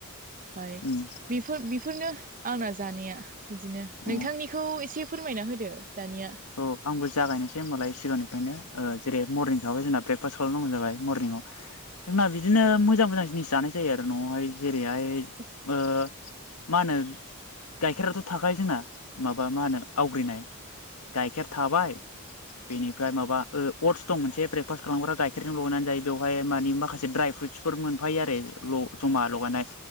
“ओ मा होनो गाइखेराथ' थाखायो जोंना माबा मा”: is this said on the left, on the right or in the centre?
Left